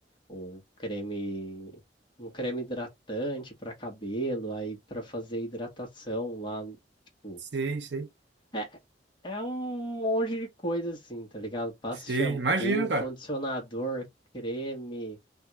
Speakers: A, on the left (about 25°); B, on the right (about 70°).
A: ou creme, um creme hidratante para cabelo, aí para fazer hidratação lá, tipo,
B: Sei, sei.
A: é, é um monte de coisa assim, tá ligado? Passa
B: Sei,
A: shampoo,
B: imagino, cara.
A: condicionador, creme,